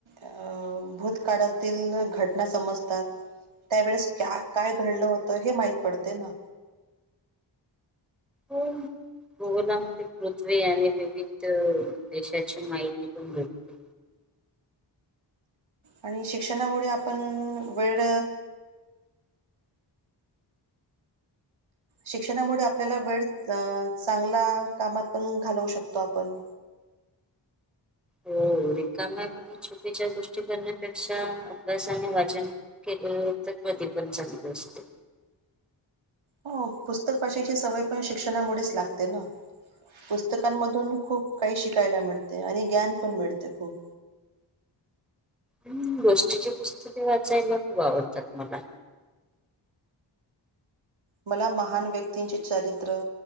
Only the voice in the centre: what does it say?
होम भूगोलामध्ये पृथ्वी आणि विविध देशांची माहिती पणं भेटते
हो रिकाम्या वरून चुकीच्या गोष्टी करण्यापेक्षा अभ्यासाने वाचन केलं तरं कधीं पणं चांगले असतें
हं गोष्टीची पुस्तकें वाचायला खूंप आवडतात मला